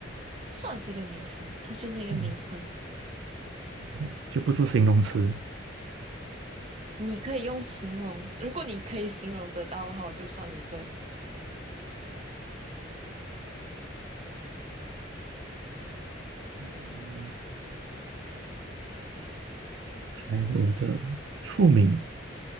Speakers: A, on the right (about 35°); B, on the right (about 80°).
A: 算是一个名词，它就是一个名称，
B: 嗯，这样就不是形容词。
A: 你可以用形容，如果你可以形容得到的话，我就算你对。
B: 嗯，还活着，出名